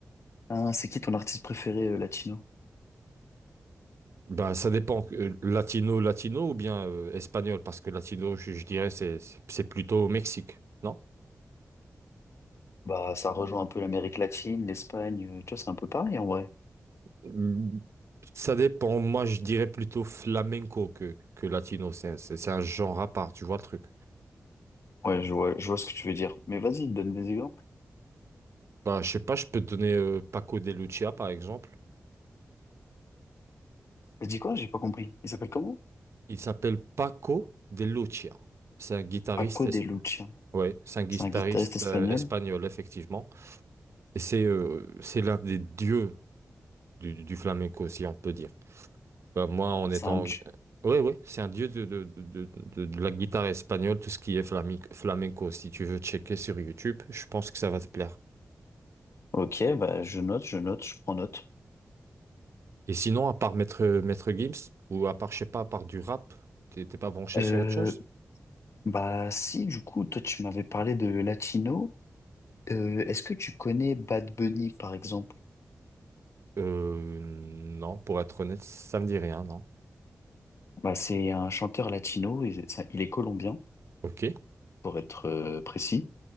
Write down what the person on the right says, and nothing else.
Ben, ça dépend, euh, latino, latino ou bien euh, espagnol, parce que latino, je, je dirais, c'est, c'est c'est plutôt au Mexique, non?
Mm, Ça dépend, moi je dirais plutôt flamenco que, que latino, c'est un- c'est- c'est un genre à part, tu vois le truc.
Bah, je sais pas, je peux te donner euh, Paco de Lucia par exemple.
Il s'appelle Paco de Lucia. C'est un guitariste,
esp-
ouais, c'est un guitariste
euh, espagnol, effectivement. Et c'est euh, c'est l'un des dieux du, du flamenco, si on peut dire. Bah, moi, en
étant...
Oui, oui, c'est un dieu de, de, de, de, de la guitare espagnole, tout ce qui est flami- flamenco. Si tu veux checker sur YouTube, je pense que ça va te plaire.
Et sinon, à part Maître, Maître Gims, ou à part, je sais pas, à part du rap, t'es t'es pas branché
sur autre chose?
Euh, non, pour être honnête, ça me dit rien, non.
Ok.